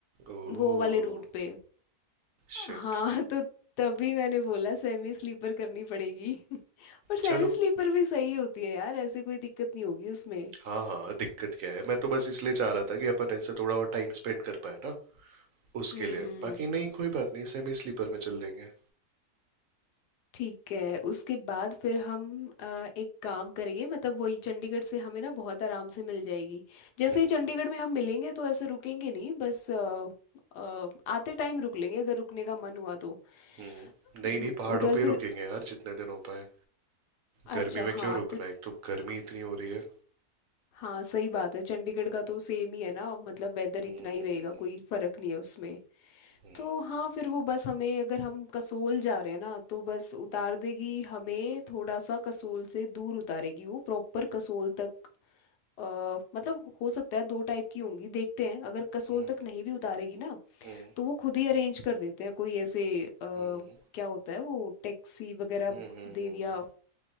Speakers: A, on the right; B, on the left.
A: ओह
B: वो वाले रूट पे
A: शिट
B: हाँ <laughs> तो तभी मैंने बोला सेमी स्लीपर करनी पड़ेगी <laughs> पर सेमी
A: चलो
B: स्लीपर भी सही होती है यार ऐसे कोई दिक्कत नहीं होगी उसमें
A: हाँ हाँ दिक्कत क्या है मैं तो बस इसलिए चाह रहा था कि अपन इनसे थोड़ा और टाइम स्पेंड कर पाए ना उसके
B: हम्म
A: लिए बाकी नहीं कोई बात नहीं सेमी स्लीपर में चल देंगे
B: ठीक है उसके बाद फिर हम अ, एक काम करेंगे मतलब वही चंडीगढ़ से हमें ना बहुत आराम से मिल जाएगी जैसे
A: हम्म
B: ही चंडीगढ़ में हम मिलेंगे तो ऐसे रुकेंगे नहीं बस अ, अ, आते टाइम रुक लेंगे अगर रुकने का मन हुआ तो
A: हम्म नहीं
B: म,
A: नहीं पहाड़ों
B: उधर
A: पे ही
B: से
A: रुकेंगे यार जितने दिन हो पाए गर्मी
B: अच्छा
A: में
B: हाँ
A: क्यों रुकना
B: तो
A: एक तो गर्मी इतनी हो रही है
B: हाँ सही बात है चंडीगढ़ का तो सेम ही है ना मतलब वेदर
A: हम्म
B: इतना ही रहेगा कोई फर्क नहीं है उसमें
A: हम्म
B: तो हाँ फिर वो बस हमें अगर हम कसोल जा रहे हैं ना तो बस उतार देगी हमें थोड़ा सा कसोल से दूर उतारेगी वो प्रॉपर कसोल तक अ, मतलब हो सकता है दो टाइप की होंगी देखते हैं अगर कसोल
A: हम्म
B: तक नहीं भी उतारेगी ना
A: हम्म
B: तो वो खुद ही अरेंज कर देते हैं कोई ऐसे अ,
A: हम्म
B: क्या होता है वो टैक्सी वगैरह
A: हम्म, हम्म,
B: दे
A: हम्म,
B: दिया